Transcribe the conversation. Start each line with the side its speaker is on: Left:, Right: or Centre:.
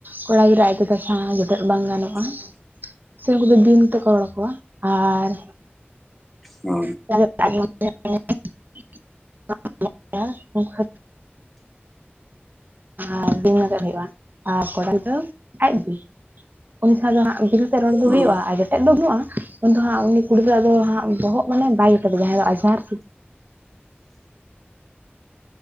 Right: ᱠᱚᱲᱟ ᱜᱤᱫᱽᱨᱟᱹ ᱟᱡ ᱫᱟᱫᱟ ᱥᱟᱣ ᱡᱚᱴᱮᱫ ᱵᱟᱝ ᱜᱟᱱᱚᱜᱼᱟ᱾
Centre: <inaudible>
Right: ᱥᱮ ᱩᱱᱠᱩ ᱫᱚ ᱵᱤᱱ ᱛᱮᱠᱚ ᱨᱚᱲ ᱟᱠᱚᱣᱟ ᱟᱨ
Centre: ᱚ
Right: <inaudible> ᱟᱨ ᱫᱤᱱᱛᱮᱫ ᱦᱩᱭᱩᱜᱼᱟ ᱟᱨ ᱠᱚᱲᱟ ᱫᱚ ᱟᱡᱜᱮ ᱩᱱᱤ ᱥᱟᱶ ᱫᱚᱦᱟᱜ ᱵᱤᱞ ᱨᱚᱲ ᱫᱚ
Centre: ᱦᱮᱸ
Right: ᱦᱩᱭᱩᱜᱼᱟ ᱟᱨ ᱡᱮᱴᱮᱫ ᱫᱚ ᱵᱟᱹᱱᱩᱜᱼᱟ ᱩᱱ ᱫᱚ ᱦᱟᱸᱜ ᱩᱱᱤ ᱠᱩᱲ ᱜᱤᱫᱽᱨᱟᱹ ᱫᱚ ᱦᱟᱸᱜ ᱵᱚᱦᱚᱜ ᱢᱟᱱᱮ ᱵᱟᱭ <inaudible> ᱡᱟᱦᱟᱭ ᱫᱚ ᱟᱡᱷᱟᱨ